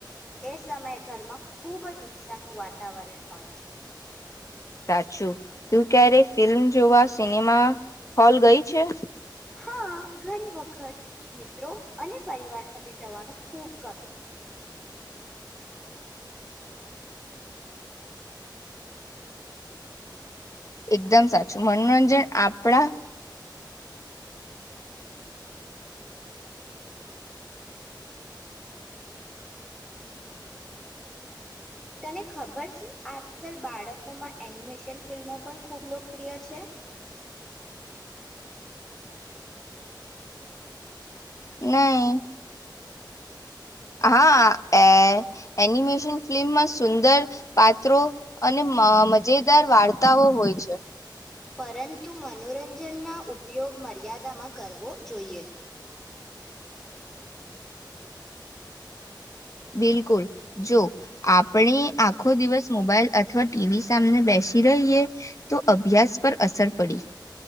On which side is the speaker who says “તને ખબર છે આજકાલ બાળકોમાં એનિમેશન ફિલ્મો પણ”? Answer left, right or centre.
Centre